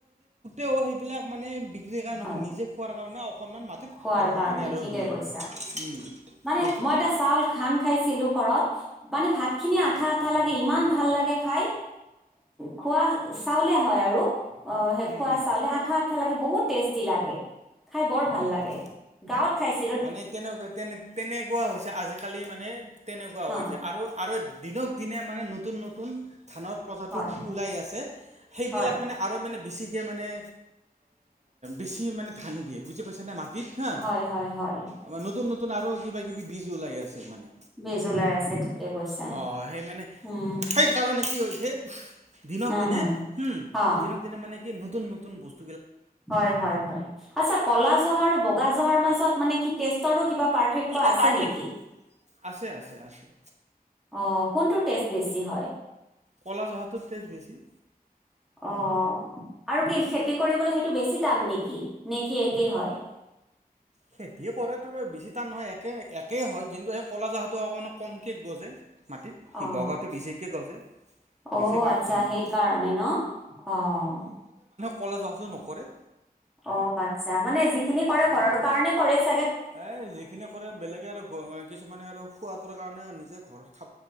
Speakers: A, on the right; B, in the centre.
A: ও সেইবিলাক মানে বিক্ৰীৰ কাৰণে
B: হয়
A: নিজে খোৱাৰ কাৰণে অকণমান মতিত
B: খোৱাৰ
A: আৰু
B: কাৰণে
A: সেইখিনি আৰু
B: ঠিকে
A: ৰুৱে
B: কৈছা
A: উম,
B: মানে
A: সেইটোৱে
B: মই এটা চাউল ঘান খাইছিলো ঘৰত। মানে ভাত খিনি আঠা - আঠা লাগে ইমান ভাল লাগে খাই খোৱা চাউলে হয় আৰু অ, শে
A: হুম
B: খোৱা
A: হুম
B: চাউলে আঠা - আঠা লাগে বহুত টেষ্টি লাগে। খাই বৰ ভাল
A: অঁ
B: লাগে গাৱত খাইছে।
A: মানে তেনেকুৱা তেনে তেনেকুৱা হৈছে আজিকালি মানে তেনেকুৱা হৈছে
B: অ
A: আৰু। আৰু দিনক দিনে মানে নতুন - নতুন ধানৰ প্ৰজাতি
B: হয়
A: ওলাই আছে সেইবিলাক
B: হয়
A: মানে আৰু মানে বেছি। কে মানে বেছি মানে ধান দিয়ে বুজি পাইছ নে মাটিত হা
B: হয় হয় হয়
A: আমাৰ নতুন - নতুন আৰু কিবা কিবি বীজ ওলাই আছে। মানে
B: বিজ লাই আছে ঠিকে কৈছা।
A: অঁ মানে
B: উম
A: সেইকাৰণে কি হৈছে দিনক
B: হা
A: দিনে
B: হা
A: হম
B: অ
A: দিনক দিনে মানে কি ন নতুন- নতুন বস্তু
B: হয় - হয় - হয়, আটচ্ছা ক'লা জহা আৰু বগা জহাৰ মাজত মানে কি টেষ্টৰো কিবা পাৰ্থক্য
A: কিবা
B: আছে
A: পাৰ্থক্য,
B: নেকি
A: আছে - আছে - আছে।
B: অ, কোনটো টেষ্ট বেছি হয়।
A: ক'লা জহটোৰ টেষ্ট বেছি।
B: অ, আৰু কি খেতি কৰিবলে সেইটো বেছি টান নেকি নে কি একেই হয়। <inaudible>
A: খেতিয়ে কৰাটো বেছি টান নহয়, একে একে হয় কিন্তু সেই ক'লা জহাটো অকমান কমকে গজে মাটিত সি
B: অ
A: বৰগাঁওটো বেছিকে গজে
B: অ'
A: বেছি
B: আটচ্ছা
A: পায় ধানটো
B: সেইকাৰণে ন, অ'
A: কলেজ অহাটো নকৰে
B: অ' আটচ্ছা মানে যিখিনি কৰে ঘৰৰ কাৰণেই কৰে চা
A: এ, যিখিনি কৰে বেলেগে আৰু খো-কিছুমানে আৰু খোৱাটোৰ কাৰণে নিজে ঘৰ